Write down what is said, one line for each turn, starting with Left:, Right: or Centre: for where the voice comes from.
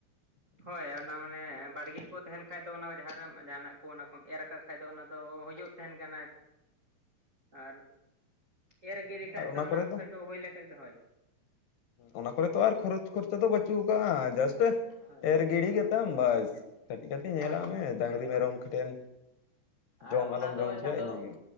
Right: ᱦᱳᱭ ᱚᱱᱟ ᱢᱟᱱᱮ ᱵᱟᱲᱜᱮ ᱠᱚ ᱛᱟᱦᱮᱱ ᱠᱷᱟᱡ ᱫᱚ ᱚᱱᱟ ᱡᱟᱦᱟᱸᱨᱮ ᱡᱟᱦᱟᱸᱱᱟᱜ ᱠᱚ ᱚᱱᱟ ᱠᱚᱢ ᱮᱨ ᱟᱠᱟᱫ ᱠᱷᱟᱡ ᱫᱚ ᱚᱱᱟ ᱫᱚ ᱦᱩᱭᱩᱜ ᱛᱟᱦᱮᱱ ᱠᱟᱱᱟ ᱟᱨ ᱮᱨ
Left: ᱦᱮᱸ
Right: ᱜᱤᱰᱤ ᱠᱷᱟᱱᱡ
Left: ᱟᱨ
Right: ᱫᱚ ᱚᱱᱟ
Left: ᱠᱚᱨᱮ
Right: ᱠᱚ ᱠᱷᱚᱡ ᱫᱚ ᱦᱩᱭ ᱞᱮᱱᱠᱷᱟᱡ ᱫᱚ ᱦᱳᱭ
Left: ᱚᱱᱟ ᱠᱚᱨᱮ ᱛᱚ ᱟᱨ ᱠᱷᱚᱨᱚᱪ ᱠᱷᱚᱨᱪᱟ ᱫᱚ ᱵᱟᱹᱪᱩᱜ ᱠᱟᱜ ᱡᱟᱥᱴ ᱮ
Right: ᱦᱳᱭ
Left: ᱮᱨ ᱜᱤᱰᱤ ᱠᱟᱛᱟᱢ
Right: ᱦᱮᱸ
Left: ᱵᱟᱥ ᱠᱟᱹᱴᱤᱡ ᱠᱟᱹᱴᱤᱡ ᱧᱮᱞᱟᱜ
Right: ᱦᱳᱭ
Left: ᱢᱮ ᱰᱟᱝᱨᱤ ᱢᱮᱨᱚᱢ ᱴᱷᱮᱱ ᱡᱚᱢ
Right: ᱟᱨ
Left: ᱟᱞᱚᱢ
Right: ᱚᱱᱟ ᱫᱚ
Left: ᱡᱚᱢ ᱦᱚᱪᱚᱭᱟ
Right: ᱪᱟᱸᱫᱳ
Left: ᱤᱱᱟᱹᱜᱮ